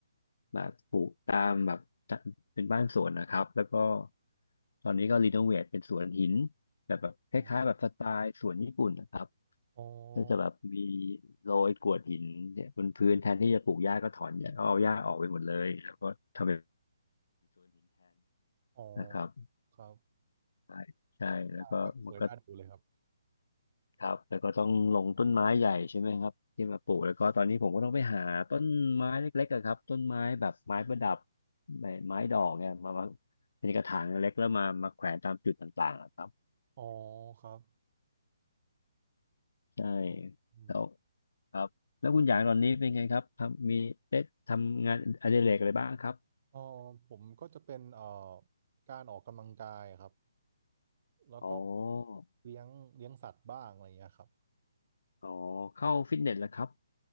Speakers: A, on the left (about 60°); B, on the right (about 25°).
A: แบบปลูกตามแบบเป็นบ้านสวนนะครับแล้วก็ตอนนี้ก็รีโนเวทเป็นสวนหินแบบแบบคล้ายๆแบบสไตล์สวนญี่ปุ่นนะครับ
B: อ๋ออ๋อ
A: ก็จะแบบมีโรยกรวดหินเนี่ยบนพื้นแทนที่จะปลูกหญ้าก็ถอนหญ้าเอาหญ้าออกไปหมดเลยแล้วก็ทำแปบน
B: อ๋อ
A: นะครับ
B: ครับ
A: ใช่ใช่แล้วก็มันก็
B: ให้สวยน่าดูเลยครับ
A: ครับแล้วก็ต้องลงต้นไม้ใหญ่ใช่ไหมครับที่มาปลูกแล้วก็ตอนนี้ผมก็ต้องไปหาต้นไม้เล็กๆอะครับต้นไม้แบบไม้ประดับไม้ไม้ดอกเนี่ยมามาเป็นกระถางเล็กแล้วมามาแขวนตามจุดต่างๆอะครับ
B: อ๋อครับ
A: ใช่
B: อืมอืม
A: แล้วครับแล้วคุณหยางตอนนี้เป็นไงครับทำมีได้ทำงานอดิเรกอะไรบ้างครับ
B: อ๋อผมก็จะเป็นเอ่อการออกกำลังกายครับแล้วก็
A: อ๋อ
B: เลี้ยงเลี้ยงสัตว์บ้างอะไรอย่างเงี้ยครับ
A: อ๋อเข้าฟิตเนสแล้วครับ